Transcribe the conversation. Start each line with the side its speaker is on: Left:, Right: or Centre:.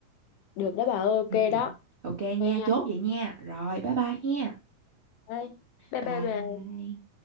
Left: được đó bà ơi ok
Right: Ừ.
Left: đó
Right: Ok nha,
Left: ok nha
Right: chốt vậy nha. Rồi, bye bye nha.
Left: Đây. bye
Right: Bye.
Left: bye bà